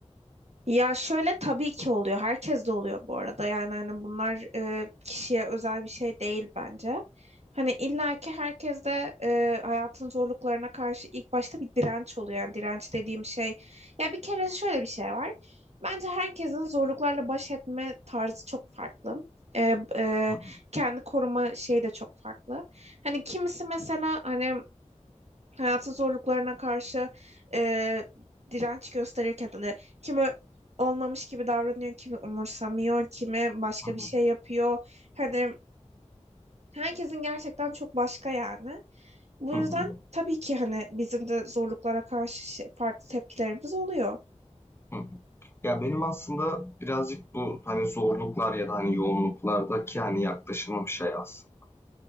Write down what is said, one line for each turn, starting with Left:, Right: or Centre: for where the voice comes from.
Right: Ya şöyle tabii ki oluyor. Herkes de oluyor bu arada. Yani hani bunlar e, kişiye özel bir şey değil bence. Hani illaki herkes de e, hayatın zorluklarına karşı ilk başta bir direnç oluyor. Yani direnç dediğim şey. Ya bir kere şöyle bir şey var. Bence herkesin zorluklarla baş etme tarzı çok farklı. E, e,
Left: Hı hı.
Right: kendi koruma şeyi de çok farklı. Hani kimisi mesela hani hayatın zorluklarına karşı e, direnç gösterirken hani kimi olmamış gibi davranıyor, kimi umursamıyor, kimi başka
Left: Hı hı.
Right: bir şey yapıyor. Hani herkesin gerçekten çok başka yani. Bu
Left: Hı
Right: yüzden
Left: hı.
Right: tabii ki hani bizim de zorluklara karşı şey- farklı tepkilerimiz oluyor.
Left: Hı hı. Ya, benim aslında birazcık bu, hani, zorluklar ya da, hani, yoğunluklardaki, hani, yaklaşımım şey aslında,